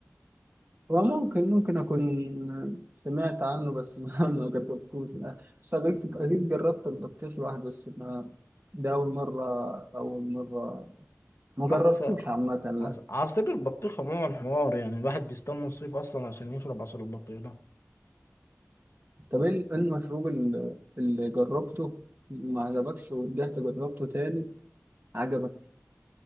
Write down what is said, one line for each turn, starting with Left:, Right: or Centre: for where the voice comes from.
Right: هو ممكن ممكن أكون سمعت عنه بس ما <laughs> ما جربتوش يعني. بس أكيد أكيد جربت البطيخ لوحده بس ما ده أول مرة أول مرة ما
Left: لا
Right: جربتوش
Left: عص-
Right: عامة لا
Left: عص- عصير البطيخ عموما حوار يعني الواحد بيستنى الصيف اصلا عشان يشرب عصير البطيخ ده
Right: طب إيه ال- إيه المشروب اللي, اللي جربته ما عجبكش ورجعت جربته تاني عجبك